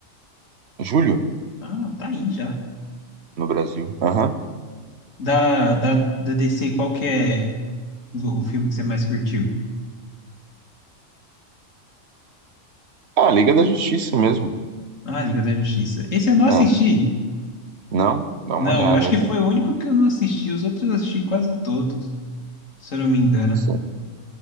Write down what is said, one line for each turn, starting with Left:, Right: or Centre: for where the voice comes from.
Right: julho
Left: Ah, tá aí já.
Right: no Brasil. Aham.
Left: Da, da, da DC, qual que é o o filme que você mais curtiu?
Right: Ah, Liga da Justiça mesmo.
Left: Ah, Liga da Justiça. Esse eu não assisti.
Right: É. Não? Dá
Left: Não,
Right: uma olhada,
Left: eu acho
Right: é
Left: que
Right: bom.
Left: foi o único que eu não assisti. Os outros eu assisti quase todos, se eu não me engano.
Right: Sim.